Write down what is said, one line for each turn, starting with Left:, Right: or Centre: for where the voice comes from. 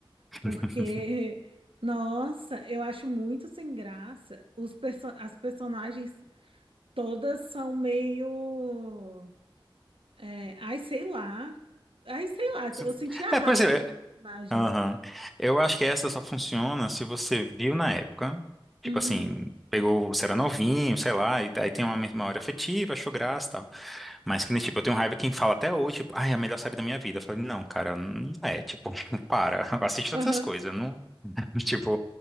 Centre: <laughs>
Right: Porque, nossa, eu acho muito sem graça. Os perso as personagens todas são meio. é, ai, sei lá. Ai, sei lá.
Centre: Se-
Right: Eu senti a
Centre: É,
Right: raiva
Centre: pois é.
Right: dos personagens.
Centre: Aham. Eu acho que essa só funciona se você viu na época. Tipo
Right: Uhum.
Centre: assim, pegou, você era novinho, sei lá, e daí tem uma memória afetiva, achou graça e tal. Mas que nem, tipo, eu tenho raiva quem fala até hoje, tipo, ai, é a melhor série da minha vida. Eu falei, não, cara, não é, tipo, <laughs> para, assiste
Right: Aham.
Centre: outras coisas, não, <laughs> tipo,